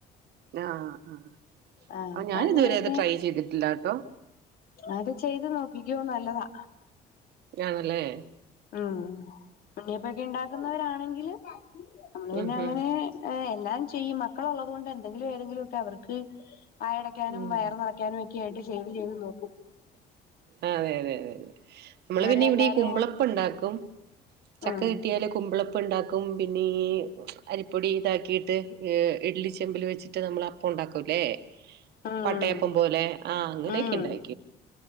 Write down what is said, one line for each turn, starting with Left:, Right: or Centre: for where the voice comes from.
Right: ന ആഹ്
Left: ആഹ്
Right: അപ്പ
Left: അപ്പൊ
Right: ഞാനിതുവരെ
Left: അങ്ങനെയൊക്കെ
Right: അത് ട്രൈ ചെയ്തിട്ടില്ല കേട്ടോ
Left: അത് ചെയ്ത് നോക്കിക്കോ നല്ലതാ
Right: ആ ണല്ലേ
Left: ഉം ഉണ്ണിയപ്പൊക്കെ ഉണ്ടാക്കുന്നവരാണെങ്കിൽ നമ്മള് പിന്നെ
Right: ഉം
Left: അങ്ങനെ
Right: ഉം
Left: ഏഹ് എല്ലാം ചെയ്യും മക്കള ഉള്ളത് കൊണ്ട് എന്തെങ്കിലും ഏതെങ്കിലുമ ഒക്കെ അവർക്ക് വായടക്കാനും
Right: ഉം
Left: വയർ നറയ്ക്ക ക്കാനൊക്കെ ആയിട്ട് ചെയ്ത് ചെയ്ത് നോക്കും
Right: ആഹ് അതെ അതെ അതെതെ നമ്മള്
Left: അവരെ
Right: പിന്നെ ഇവിടെഈ
Left: എല്ലാരേം
Right: കുമ്പളപ്പ
Left: ഓടി
Right: ഉണ്ടാക്കും ചക്ക
Left: ഉം
Right: കിട്ടിയല് കുമ്പളപ്പം അപ്പ ഉണ്ടാക്കും പിന്നെ അരിപ്പൊടി ഇതാക്കിയിട്ട് ഇഡ്ലി ചെമ്പിൽ വെച്ചിട്ട് നമ്മൾ അപ്പം പ്പ ഉണ്ടാക്കൂല്ലേ
Left: ഉം
Right: പട്ടയപ്പം പോലെ ആഹ് അങ്ങനെയൊക്കെ
Left: ഉം
Right: ണ്ടായി